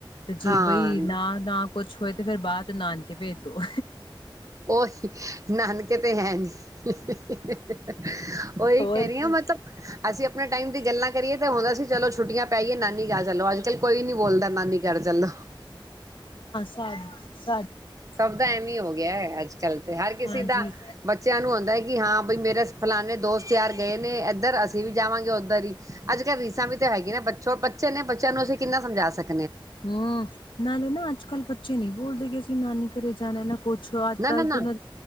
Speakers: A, on the left; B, on the right.
A: ਤੇ ਜੇ
B: ਹਾਂ
A: ਬਈ ਨਾ ਨਾ ਕੁਛ ਹੋਏ ਤੇ ਫੇਰ ਬਾਅਦ ਚੋਂ ਨਾਨਕੇ ਭੇਜ ਦੋ।
B: ਉਹੀ ਨਾਨਕੇ ਤੇ ਹੈ ਨੀ ਉਹੀ
A: ਹੋਰ
B: ਕਹਿ ਰਹੀ
A: ਕੀ।
B: ਹ ਮੈਂਲ ਅਸੀਂ ਆਪਣੇ ਟਾਈਮ ਦੀ ਗੱਲਾਂ ਕਰੀਏ ਤਾਂ ਹੁੰਦਾ ਸੀ ਚਲੋ ਛੁੱਟੀਆਂ ਪੈਈਏ ਨਾਨੀ ਗਾ ਚਲੋ ਅਜ ਕੱਲ ਕੋਈ ਨੀ ਬੋਲਦਾ ਨਾਨੀ ਕਰ ਚੱਲੋ
A: ਸਤ
B: ਸਭ ਦਾ ਐਵੇਂ ਹੋ ਗਿਆ ਅੱਜ ਕੱਲ ਤੇ ਹਰ ਕਿਸੇ
A: ਹਾਂਜੀ
B: ਦਾ ਬੱਚਿਆਂ ਨੂੰ ਆਉਂਦਾ ਹੈ ਕਿ ਹਾਂ ਬਈ ਮੇਰੇ ਫਲਾਾਨਣੇ ਦੋਸਤ ਯਾਰ ਗਏ ਨੇ ਇੱਧਰ ਅਸੀਂ ਵੀ ਜਾਵਾਂਗੇ ਉੱਧਰ ਹੀ ਅੱਜ ਕੱਲ੍ਹ ਰੀਸਾਂ ਵੀ ਤਾਂ ਹੈਗੀੀਆਂ ਨਾ ਬਰ ਬੱਚੇ ਨੇ ਬੱਚਿਆਂ ਨੂੰ ਅਸੀਂ ਕਿੰਨਾ ਸਮਝਾ ਸਕੇ
A: ਹਾਂ ਨਾਲੇ ਨਾ ਅੱਜ ਕੱਲ੍ਹ ਬੱਚੇ ਨਹੀਂ ਬੋਲਦੇ ਅਸੀਂ ਨਾਨੀ ਘਰੇ ਜਾਣਾ ਨਾ ਕੁੱਛ ਅੱਜ
B: ਨਾ
A: ਕੱਲ੍ਹ
B: ਨਾ ਨਾ